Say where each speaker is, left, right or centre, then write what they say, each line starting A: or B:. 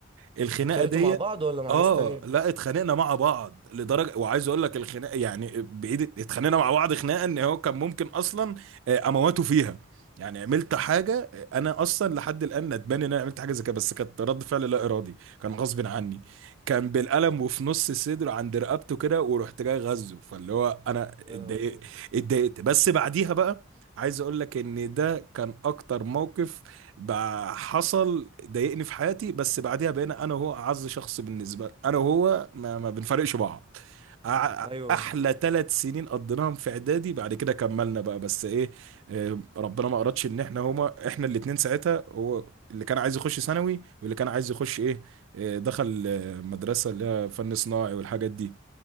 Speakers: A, on the right; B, on the right.
A: الخناقه
B: اتخانقتوا
A: دي
B: مع بعض ولا مع
A: اه
B: ناس تانية
A: لا اتخانقنا مع بعض لدرجه وعايز اقول لك الخناقه يعني بايد اتخانقنا مع بعض خناقه ان هو كان ممكن اصلا آه، امواته فيها يعني عملت حاجه آه، انا اصلا لحد الان ندمان ان انا عملت حاجه زي كده بس كانت رد فعل لا ارادي كان غصب عني كان بالقلم وفي نص صدره عند رقبته كده ورحت جاي غزه فاللي هو انا
B: يا
A: اتضايقت
B: لهوي
A: اتضايقت بس بعديها بقى عايز اقول لك ان ده كان اكتر موقف بقى حصل ضايقني في حياتي بس بعدها بقينا انا وهو اعز شخص بالنسبه لي انا وهو ما, ما بنفرقش بعض أع-
B: ايوه
A: احلى ثلاث سنين قضيناهم في اعدادي بعد كده كملنا بقى بس ايه آه، ربنا ما اردش ان احنا هما احنا الاتنين ساعتها هو اللي كان عايز يخش ثانوي واللي كان عايز يخش ايه آه، دخل آه، مدرسه اللي هي فن صناعي والحاجات دي